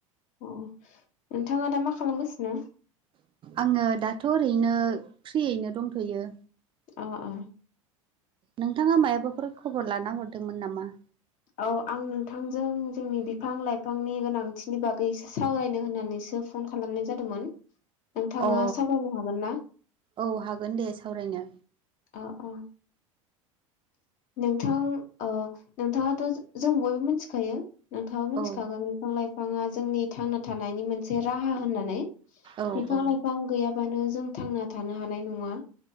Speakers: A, on the left (about 45°); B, on the right (about 30°).
A: अ नोंथाङा दा मा खालामगासिनो?
B: आङो दाथ' ओरैनो फ्रियैनो दंथ'यो।
A: अ अ
B: नोंथाङा मायाबाफोर खबर लाना हरदोंमोन नामा?
A: औ आं नोंथांजों जोंनि बिफां लाइफांनि गोनांथिनि बागै एसे सावरायनो होननानै होननानैसो फन खालामनाय जादोंमोन नोंथाङा
B: अ
A: सावरायनो हागोन ना?
B: औ हागोन दे सावरायनो
A: अ अ नोंथां ओ नोंथाङाथ' जों बयबो मिथिखायो। नोंथाङाबो मिथिखागोन
B: औ
A: बिफां लाइफाङा जोंनि थांना थानायनि मोनसे राहा होननानै
B: औ
A: बिफां
B: औ
A: लाइफां गैया बांनो जों थांना थानो हानाय नङा